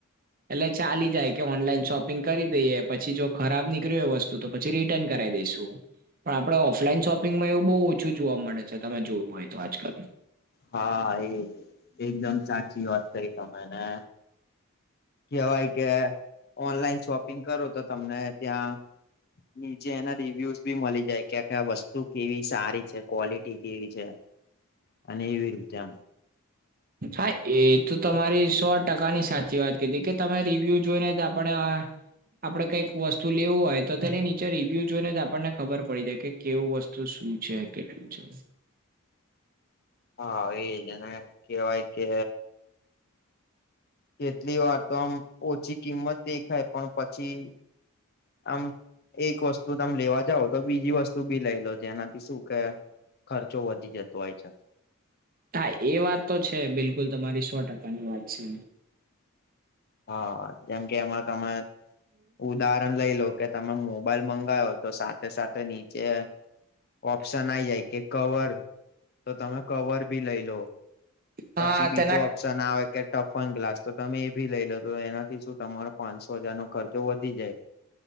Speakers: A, on the right; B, on the left.
A: એટલે ચાલી જાય કે ઓનલાઈન શોપિંગ કરી દઈએ પછી જો ખરાબ નીકરયુ વસ્ સ્તુ તો પછી રિટર્ન કરાય દેસું પણ આપણે ઓફલાઈન સોપિંગ માં એવું બઉ ઓ છું જોવા મળે છે, તમે જોયુ હોય તો આજકાલ.
B: હા, એજ. એકદમ સાચી વાત કહી તમે ને! કહેવાય કે ઓનલાઈન શોપિંગ કરો તો તમને ત્યાં. નીચે એના રિવ્યુઝ બી મલી જાય, કે આ વસ્તુ કેવી સારી છે? ક્વલિટી કેવી છે? અને <unintelligible>
A: હા, એ તો તમારી સો ટકાની સાચી વાત કીધી કે તમે રિવ્યુ જોઈને જ આપણે આપણે કઈક વસ્તુ લેવું હોય, તો તેને નીચે રિવ્યુ જોઈને જ આપણને ખબર પડી જાય કે કેવું વસ્તુ શું છે? કેટલુ છે?
B: હા, એ જ. એને કેવાય કે કેટલી વાર તો આમ ઓછી કિંમત દેખાય, પણ પછી આમ એક વસ્તુ તમે લેવા જાઓ તો બીજી વસ્તુ બી લઈ લો. જેનાથી સુ કે ખર્ચો વધી જતો હોય છે.
A: હા, એ વાત તો છે. બિલકુલ, તમારી સો ટકાની વાત છે.
B: હા, જેમ કે એમાં તમે ઉદાર રણ લઈ લો કે તમે મોબાઈલ મંગાયો, તો સાથે સાથે નીચે ઓપ્શન આઈ જાય કે કવર તો તમે કવર બી લઈ લો
A: હા
B: પછી બીજો
A: તેના
B: ઓપ પ્શન આવે કે ટફન ગ્લાસ. તો તમે એ બી લઈ લો. તો એનાથી સુ તમારો પાંચસો હજાર નો ખર્ચો વધી જાય